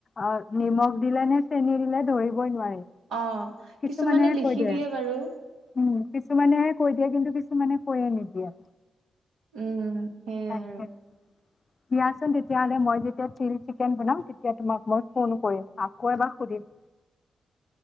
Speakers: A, on the left; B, on the right.
A: অ' নিমখ দিলে নে চেনী দিলে ধৰিবই নোৱাৰে।
B: অ'।
A: কিছুমানেহে
B: কিছুমানে লিখি
A: কৈ দিয়ে ।
B: বাৰু
A: উম, কিছুমানেহে কৈ দিয়ে। কিন্তু কিছুমানে কৰি নিদিয়ে।
B: উম সেইয়াই
A: তাকে।
B: আৰু
A: দিয়াচোন । তেতিয়া হ'লে মই যেতিয়া তিল চিকেন বনাম, তেতিয়া তোমাক মই ফোন কৰিম । আকৌ এবাৰ সুধিম।